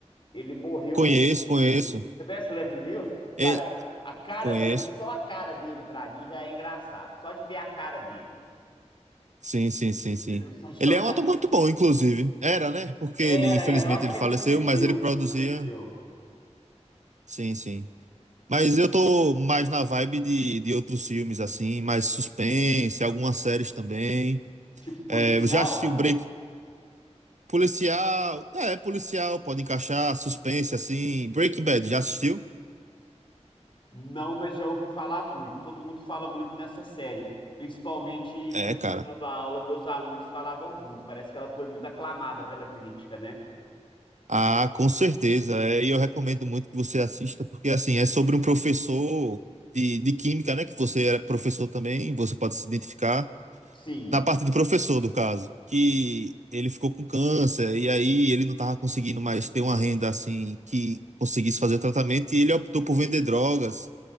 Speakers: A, on the left; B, on the right.
A: Ele morreu
B: Conheço,
A: recentemente.
B: conheço.
A: Você conhece o Leslie Nielsen? Cara,
B: E-
A: a cara
B: conheço.
A: dele, só a cara dele pra mim já é engraçado. Só de ver a cara dele,
B: Sim, sim, sim,
A: entendeu?
B: sim.
A: <laughs> Só de
B: Ele
A: olhar.
B: é um ator muito bom, inclusive. Era, né? Porque
A: Era,
B: ele, infelizmente,
A: era. Eu acho
B: ele
A: que
B: faleceu,
A: ele faleceu.
B: mas ele produzia.
A: Faleceu.
B: Sim, sim. Mas eu tô mais na vibe de, de outros filmes, assim, mais suspense, algumas séries também.
A: Tipo policial?
B: É, eu já assisti o Break Policial. É, policial, pode encaixar, suspense, assim. Breaking Bad, já assistiu?
A: Não, mas já ouvi falar muito. Todo mundo fala muito nessa série. Principalmente
B: É,
A: quando
B: cara.
A: eu dava aula, meus alunos falavam muito. Parece que ela foi muito aclamada pela crítica, né?
B: Ah, com certeza. É, e eu recomendo muito que você assista, porque, assim, é sobre um professor de, de química, né? Que você era professor também, você pode se identificar.
A: Sim.
B: na parte de professor, do caso, que ele ficou com câncer e aí ele não estava conseguindo mais ter uma renda assim que conseguisse fazer o tratamento e ele optou por vender drogas.